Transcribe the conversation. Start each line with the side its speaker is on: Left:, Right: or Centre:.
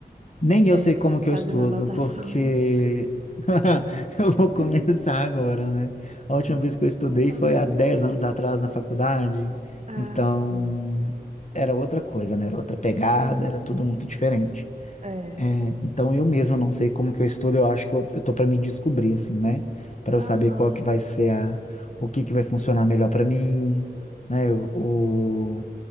Left: Nem
Right: é,
Left: eu sei como que eu
Right: fazendo
Left: estudo,
Right: anotações.
Left: porque <laughs> eu vou
Right: <laughs>
Left: começar agora, né? A última vez que eu estudei
Right: Uhum.
Left: foi há 10 anos atrás na faculdade,
Right: Ah,
Left: então
Right: sim.
Left: era outra coisa, né? Era outra pegada,
Right: Uhum.
Left: era tudo muito diferente.
Right: É.
Left: É, então eu mesmo não sei como que eu estudo, eu acho que eu, eu tô para me descobrir assim, né? Para eu
Right: Aham.
Left: saber qual que vai ser a o que que vai funcionar melhor para mim, né? Eu- O,